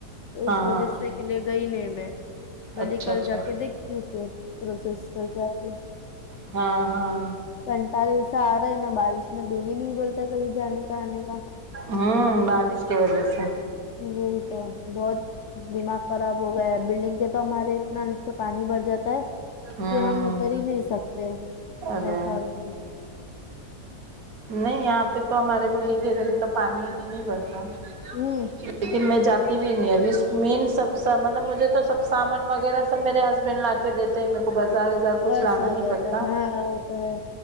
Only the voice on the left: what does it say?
تو
اس وجہ
سے اسکے لیے گئی نہیں میں بھلے
کل
جا کے دیکھتی ہوں پھر پروسیس کر کے آتی ہوں
کنٹال ایسا آ رہا ہے نا بارش میں دل ہی نہیں بولتا ہے کہیں جانے کا آنے کا
وہی تو بہت دماغ خراب ہو گیا ہے بلڈنگ کے تو ہمارے اتنا نیچے پانی بھر جاتا ہے
کہ ہم اتر ہی نہیں سکتے
ایسا ہو جاتا
ہوں
بس
ہو
جاتا
ہے ہاں وہ تو ہے